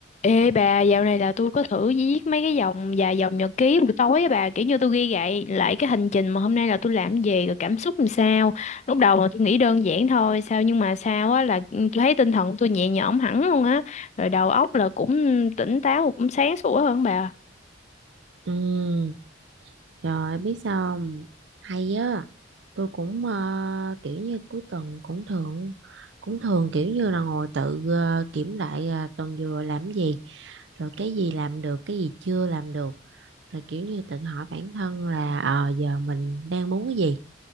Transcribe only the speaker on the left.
Ê bà, dạo này là tôi có thử viết mấy cái dòng vài dòng nhật ký buổi tối á bà, kiểu như tôi ghi lại lại cái hành trình mà hôm nay là tôi làm gì rồi cảm xúc làm sao. Lúc đầu là tôi nghĩ đơn giản thôi, sao nhưng mà sao á là ừ, tôi thấy tinh thần tôi nhẹ nhõm hẳn luôn á, rồi đầu óc là cũng tỉnh táo cũng sáng sủa hơn bà.